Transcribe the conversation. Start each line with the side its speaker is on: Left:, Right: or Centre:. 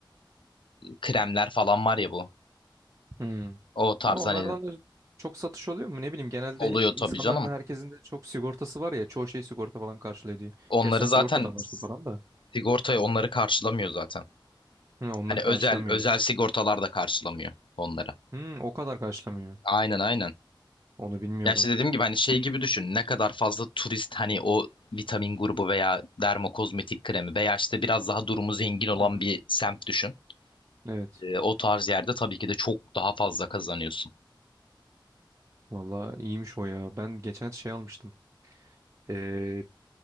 Left: kremler falan var ya bu.
Right: Hmm.
Left: O tarz
Right: Ama onlardan
Left: hani
Right: da çok satış oluyor mu? Ne bileyim genelde
Left: oluyor
Right: insanların
Left: tabii canım.
Right: da herkesin de çok sigortası var ya çoğu şey sigorta falan karşılıyor diyor.
Left: Onları
Right: Gerçi sen sigortadan
Left: zaten
Right: varsın falan da.
Left: sigortaya onları karşılamıyor zaten.
Right: Hı, onları
Left: Hani özel
Right: karşılamıyor
Left: özel
Right: hiç.
Left: sigortalar da karşılamıyor onları.
Right: Hı, o kadar karşılamıyor.
Left: Aynen aynen.
Right: Onu bilmiyordum.
Left: Ya işte dediğim gibi hani şey gibi düşün. Ne kadar fazla turist hani o vitamin grubu veya dermokozmetik kremi veya işte biraz daha durumu zengin olan
Right: Hı hı.
Left: bir semt düşün.
Right: Evet.
Left: E, o tarz yerde tabii ki de çok daha fazla kazanıyorsun.
Right: Valla iyiymiş o ya. Ben geçen şey almıştım. Ee,